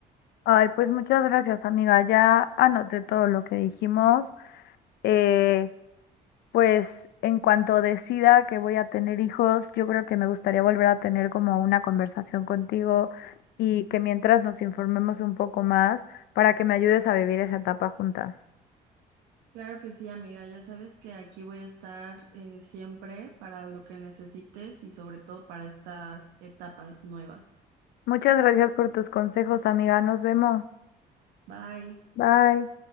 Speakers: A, on the left; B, on the right.
A: Ay, pues muchas gracias, amiga. Ya anoté todo lo que dijimos. Eh, Pues en cuanto decida que voy a tener hijos, yo creo que me gustaría volver a tener como una conversación contigo y que mientras nos informemos un poco más para que me ayudes a vivir esa etapa juntas.
B: Claro que sí, amiga. Ya sabes que aquí voy a estar eh, siempre para lo que necesites y sobre todo para estas etapas nuevas.
A: Muchas gracias por tus consejos, amiga. Nos vemos.
B: Bye.
A: Bye.